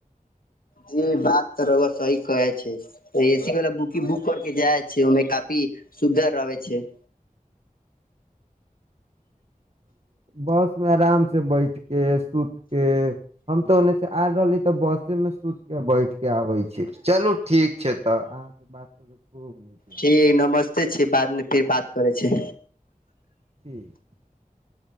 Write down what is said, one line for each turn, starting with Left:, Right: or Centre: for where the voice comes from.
Left: जी बात तऽ रउआ‌ सही कहै छै एसी वला बुकी बुक करके जा छै ओहिमे काफी सुविधा रहै छै
Right: बस में आराम से बैठ के सुत के हम तो ओने से आ रहली तऽ बसे में सुत क बैठ के आबै छै चलू ठीक छै तऽ‌ अहाँके बात खूब नीक लागै
Left: ठीक नमस्ते छि बादमे फिर बात करै छै
Right: <inaudible>